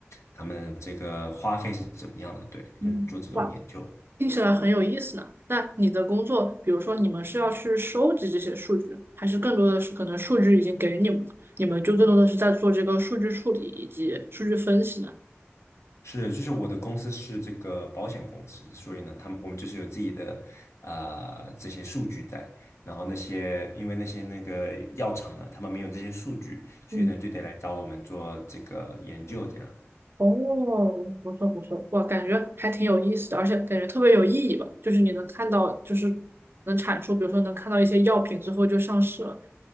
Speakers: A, on the left (about 80°); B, on the right (about 55°).
A: 他们这个花费是怎么样的，对，
B: 嗯。
A: 就做这种研究。
B: 哇。听起来很有意思呢。那你的工作，比如说你们是要去收集这些数据，还是更多的是可能数据已经给你们了，你们就更多的是在做这个数据处理以及数据分析呢？
A: 是，就是我的公司是这个保险公司，所以呢，他们我们就是有自己的啊这些数据在，然后那些因为那些那个药厂呢，他们没有这些数据，所以呢就得来找我们做这个研究，
B: 嗯，
A: 这样
B: 哦，不错不错，哇，感觉还挺有意思的，而且感觉特别有意义吧。就是你能看到，就是能产出，比如说能看到一些药品最后就上市了。